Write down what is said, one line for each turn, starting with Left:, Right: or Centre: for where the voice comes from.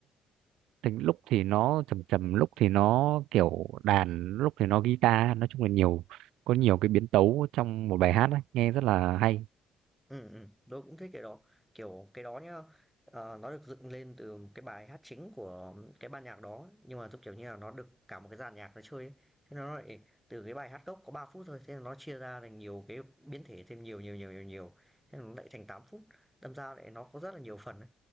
Right: Tính lúc thì nó trầm trầm lúc thì nó kiểu đàn lúc thì nó guitar nói chung là nhiều có nhiều cái biến tấu trong một bài hát ấy, nghe rất là hay
Centre: Ừ, ừm, tớ cũng thích cái đó. Kiểu, cái đó nhá, ờ, nó được dựng lên từ cái bài hát chính của cái ban nhạc đó, nhưng mà, giống kiểu như là, nó được cả một cái dàn nhạc nó chơi ấy. Thế nó lại từ cái bài hát gốc có 3 phút thôi, thế là nó chia ra thành nhiều cái biến thể thêm nhiều, nhiều, nhiều, nhiều, nhiều, thế là nó lại thành 8 phút, đâm ra lại nó có rất là nhiều phần ấy.